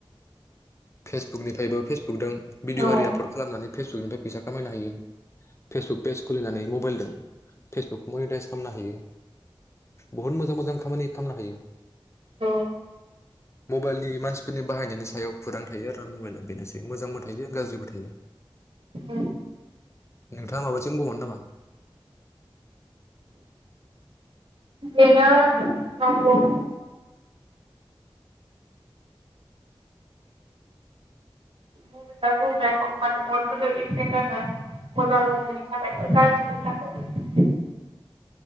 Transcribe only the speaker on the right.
औ
औ
औ
बेनो नंगौ <unintelligible> मोजांनि थाखायबो गारजिनि थाखायबो